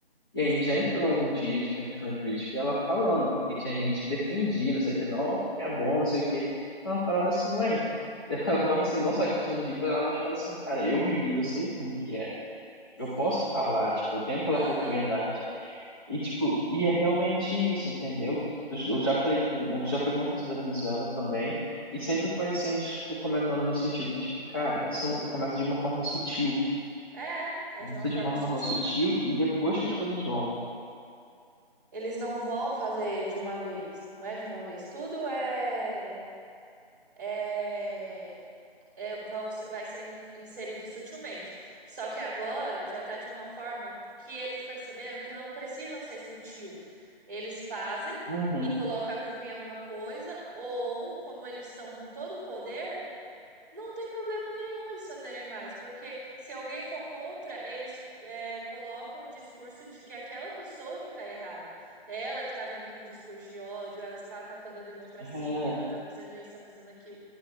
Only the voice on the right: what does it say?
Sim,
sim,
aham.
É, é
de uma forma
sutil.
Eles não vão fazer de uma vez, não é de uma vez. Tudo é, é, é- vão- vai sendo in- inserido sutilmente. Só que agora já está de uma forma que eles perceberam que não precisam ser sutil. Eles fazem
e colocam a culpa em alguma coisa, ou como eles estão com todo o poder. Não tem problema nenhum eles fazerem mais, porque se alguém for contra, eles é, colocam o discurso de que aquela pessoa que tá errada, ela que tá vindo com discurso de ódio, ela está atacando a democracia,
ela tá fazendo isso, tá fazendo aquilo.